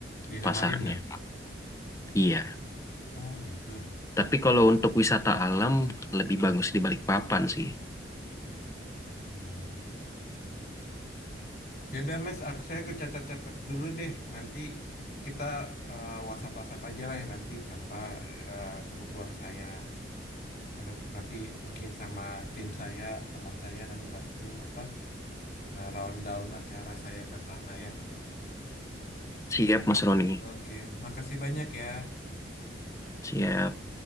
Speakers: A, on the left (about 55°); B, on the left (about 15°).
A: Di Samarinda.
B: pasarnya. Iya.
A: Oh, gitu.
B: Tapi kalau untuk wisata alam lebih
A: Hmm.
B: bagus di Balikpapan sih.
A: Hmm. Ya udah, Mas, aku, saya aku catat-catat dulu deh. Nanti kita eh, WhatsApp-WhatsApp aja lah ya nanti apa eh, kebutuhan saya. Karena nanti mungkin sama tim saya, teman saya nanti bantu apa nge-round down acara saya ke sana ya.
B: Siap Mas Roni,
A: Oke, makasih banyak ya.
B: siap.
A: Ya,